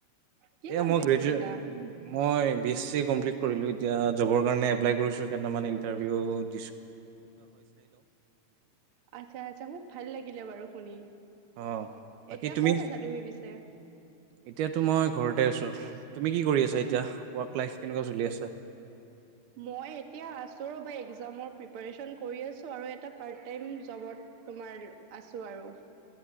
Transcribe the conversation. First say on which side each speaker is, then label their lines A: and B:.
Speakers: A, on the right (about 45°); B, on the right (about 75°).
A: কি
B: এয়া
A: কমপ্লিট
B: মই গ্ৰেজুৱে
A: কৰিলা
B: মই বি এছ চি কমপ্লিট কৰিলোঁ এতিয়া জবৰ কাৰণে এপ্লাই কৰিছোঁ কেইটামান ইণ্টাৰভিউত
A: আচ্ছা আচ্ছা খুব ভাল লাগিলে বাৰু শুনি
B: অঁ বাকী
A: এতিয়া
B: তুমি
A: ক'ত আছা পিছে
B: এতিয়াতো মই ঘৰতে আছোঁ তুমি কি কৰি আছা এতিয়া ৱৰ্ক লাইফ কেনেকুৱা চলি আছে
A: মই এতিয়া আছোঁ ৰবা একজামৰ প্ৰিপেছন কৰি আছোঁ আৰু এটা পাৰ্ট টাইম জবত তোমাৰ আছো আৰু